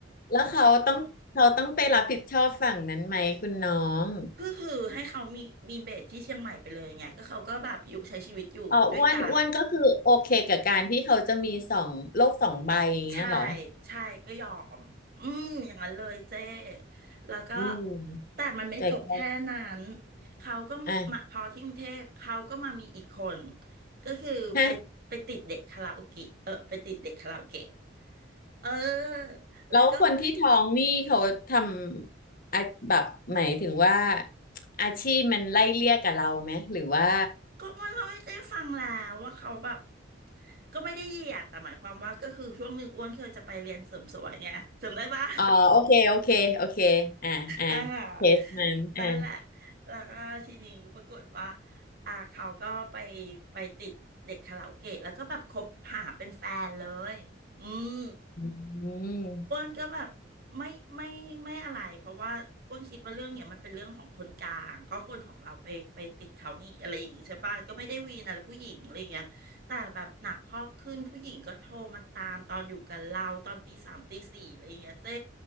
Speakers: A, on the left; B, on the right.
A: แล้วเขาต้องเขาต้องไปรับผิดชอบฝั่งนั้นไหมคุณน้อง
B: ก็คือให้เขามีมีเบสที่เชียงใหม่ไปเลยไงก็เขาก็แบบอยู่ใช้ชีวิตอยู่ด้วยกัน
A: อ๋ออ้วนอ้วนก็คือโอเคกับการที่เขาจะมีสองโลกสองใบอย่างเงี้ยเหรอ
B: ใช่ใช่ก็ยอมอืมอย่างนั้นเลยเจ้แล้วก็
A: อืม
B: แต่มันไม่จบแค่นั้น
A: แจกจ่าย
B: เขาก็มาพอที่กรุงเทพเขาก็มามีอีกคน
A: อ่ะ
B: ก็คือไปไปติดเด็กคาราโอเกะเออไปติดเด็กคาราโอเกะ
A: ฮะ
B: เออแล้วก็
A: แล้วคนที่ท้องนี่เขาทำอาแบบหมายถึงว่าอาชีพมันไล่เลี่ยกับเราไหมหรือว่า
B: ก็มันเล่าให้เจ๊ฟังแล้วว่าเขาแบบก็ไม่ได้เหยียดแต่หมายความว่าก็คือช่วงหนึ่งอ้วนเคยจะไปเรียนเสริมสวยไงจำได้ปะ
A: อ๋อโอเคโอเคโอเคอ่าอ่า
B: อ่าฮะ
A: เคสนั้นอ่า
B: นั่นแหละ แล้วก็ทีนี้ปรากฏว่าอ่าเขาก็ไปไปติดเด็กคาราโอเกะแล้วก็แบบคบหาเป็นแฟนเลย อืม
A: อืม
B: อ้วนก็แบบไม่ไม่ไม่อะไร เพราะว่าอ้วนคิดว่าเรื่องเนี่ยมันเป็นเรื่องของคนกลาง ก็คนของเราไปไปติดเขานี่อะไรอย่างงี้ใช่ปะก็ไม่ได้วีนอะไรผู้หญิงอะไรเงี้ยแต่แบบหนักข้อขึ้นผู้หญิงก็โทรมาตามตอนอยู่กับเราตอนตีสามตีสี่อะไรเงี้ยเจ้